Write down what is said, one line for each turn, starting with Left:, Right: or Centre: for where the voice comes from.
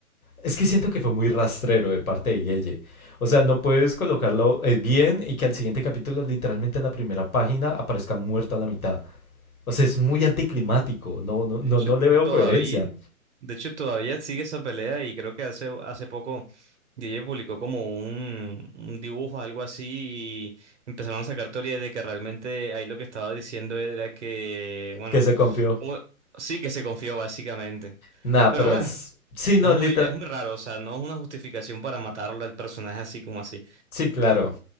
Left: Es que siento que fue muy rastrero de parte de Guille. O sea, no puedes colocarlo eh, bien y que al siguiente capítulo, literalmente en la primera página, aparezca muerto a la mitad. O sea, es muy anticlimático. No, no,
Right: De
Left: no,
Right: hecho,
Left: no le veo
Right: todavía,
Left: coherencia.
Right: de hecho, todavía sigue esa pelea y creo que hace, hace poco DJ publicó como un, un dibujo, algo así, y empezaron a sacar teorías de que realmente ahí lo que estaba diciendo era que, bueno,
Left: Que se confió.
Right: como- sí que se confió básicamente.
Left: Nah,
Right: Pero
Left: pero
Right: bueno.
Left: es... Sí, no,
Right: Es muy,
Left: literal...
Right: es muy raro, o sea, no es una justificación para matarlo al personaje así como así.
Left: Sí, claro.